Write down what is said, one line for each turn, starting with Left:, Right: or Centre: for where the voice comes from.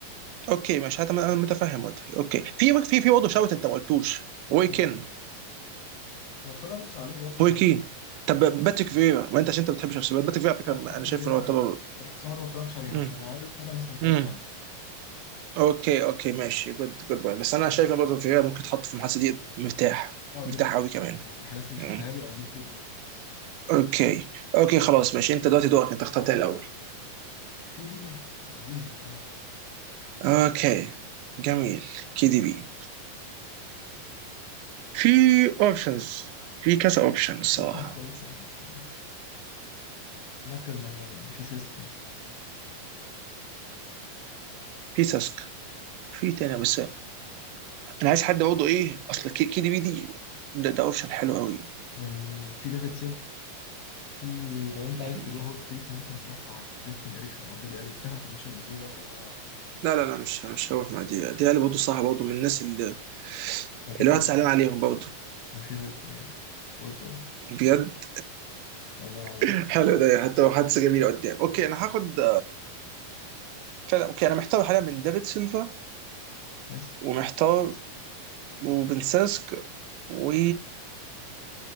Right: اوكي مش هتم... انا متفهم وجهي اوكي في في في برضه شوت انت ما قلتوش ويكن
Left: مين؟ ما اتفرجتش عليه برضه
Right: ويكين
Left: زي ما
Right: طب باتريك فيرا ما انت عشان انت بتحب شخصيات باتريك فيرا على فكره
Left: لا باتريك
Right: انا شايف
Left: فيرا
Right: انه يعتبر
Left: حلو باتريك فيرا بس انا برضه ما اتفرجتش عليه انا
Right: امم
Left: مش انا عارف فتى الناس اللي ما اتفرجتش
Right: امم
Left: عليها
Right: اوكي اوكي ماشي جود جود بوينت بس انا شايف ان برضه فيرا ممكن يتحط في المحادثه دي مرتاح
Left: اه
Right: مرتاح
Left: جدا يعني
Right: قوي كمان
Left: انا الحاجات اللي
Right: مم.
Left: شفتها له اكيد جدا يعني بس
Right: اوكي اوكي خلاص ماشي انت دلوقتي دورك انت اخترت الاول
Left: كي دي بي ايزي بصراحه
Right: اوكي جميل كي دي بي في اوبشنز في كذا اوبشن الصراحه
Left: في اوبشنز كويسه عامه يعني مركز مليان يعني في سيسك مثلا
Right: في ساسكا في تاني بس انا عايز حد اقعده ايه اصل كي, كي دي بي دي ده ده اوبشن حلو قوي
Left: يعني في ديفيد سيلف في لو انت
Right: مم.
Left: عايز تجو هوت تيك ممكن تروح مع كريستين اريكسون او ديلي الي بس انا ما خدناش البطوله فده
Right: لا لا لا مش مش هروح مع دي دي اللي برضه صح برضه من الناس اللي
Left: ماي فيفرت
Right: الواحد زعلان
Left: بلاير
Right: عليهم برضه
Left: ماي فيفرت بلاير فول تايم
Right: بجد
Left: والله العظيم
Right: <laughs> حلو ده يعني حتى لو حدث جميل قدام اوكي انا هاخد فعلا اوكي انا محتار حاليا بين دافيد سيلفا
Left: سيسك
Right: ومحتار
Left: سيسك
Right: وبن ساسك و